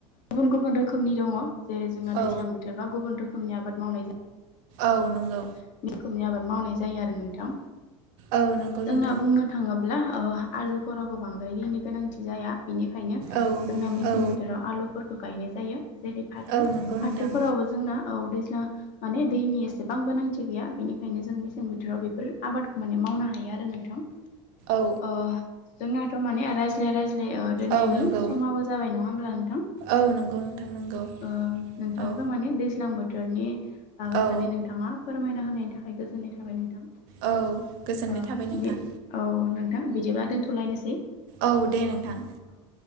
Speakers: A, on the left (about 50°); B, on the right (about 60°).
A: गुबुन गुबुन रोखोमनि दङ जे जोंना
B: औ
A: दैज्लां बोथोरबा गुबुन रोखोमनि आबाद मावनाय जायो
B: औ नंगौ
A: बे रोखोमनि आबाद मावनाय जायो आरो नोंथां
B: औ नंगौ
A: जोंना
B: नोंथां
A: बुंनो थाङोब्ला ओ आलुफोराबो बांद्रायनि गोनांथि जाया बेनिखायनो
B: औ
A: जोंना मेसें
B: औ
A: बोथोराव आलुफोरखौ गायनाय जायो। जेरै फाथो
B: औ नंगौ
A: फाथोफोरावबो
B: नोंथां
A: जोंना औ दैना माने दैनि एसे गोबां गोनांथि गैया बेनिखायनो जों मेसें बोथोराव बेफोर। आबादखौ माने मावनो हायो आरो नोंथां
B: औ
A: ओ जोंनाथ' माने रायज्लाय रायज्लाय दोननायनि
B: औ नंगौ
A: समाबो जाबाय नङा होमब्ला नोंथां।
B: औ नंगौ नोंथां नंगौ
A: ओ नोंथांजों
B: औ
A: माने दैज्लां बोथोरनि बागै
B: औ
A: माने नोंथाङा फोरमायना होनायनि थाखाय गोजोननाय थाबाय नोंथां।
B: औ गोजोननाय
A: ओ उम
B: थाबाय नोंथां
A: बे औ नोंथां बिदिबा दोनथलायनोसै।
B: औ दे नोंथां।
A: औ